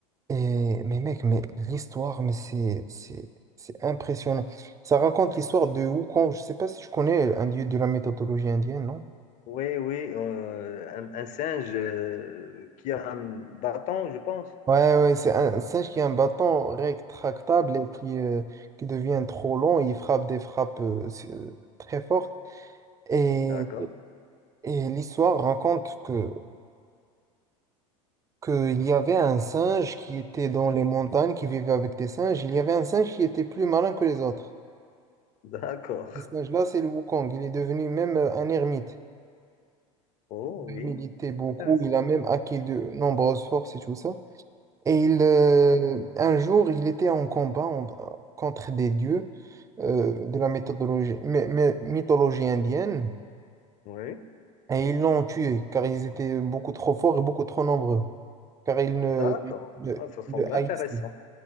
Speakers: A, on the right; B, on the left.
A: Et, mais mec, mais l'histoire, mais c'est, c'est, c'est impressionnant. Ça raconte l'histoire de Wukong. Je sais pas si tu connais un dieu de la méthodologie indienne, non?
B: oui, oui. euh, un, un singe euh, qui a un bâton, je pense.
A: Ouais, ouais, c'est un singe qui a un bâton rétractable et qui, euh, qui devient trop long. Il frappe des frappes euh, s- euh, très fortes. Et,
B: D'accord,
A: et l'histoire raconte que qu'il y avait un singe qui était dans les montagnes, qui vivait avec des singes. Il y avait un singe qui était plus malin que les autres.
B: <laughs> d'accord.
A: Ce singe-là, c'est le Wukong. Il est devenu même euh, un ermite.
B: Oh,
A: Il
B: oui,
A: méditait beaucoup.
B: intéressant.
A: Il a même acquis de nombreuses forces et tout ça. Et il, euh, un jour, il était en combat en- contre des dieux euh, de la méthodologie- mé- mé- mythologie indienne.
B: Oui,
A: Et ils l'ont tué car ils étaient beaucoup trop forts et beaucoup trop nombreux. Car ils ne,
B: d'accord.
A: ne,
B: Ah, ça semble
A: le
B: intéressant.
A: haïssaient.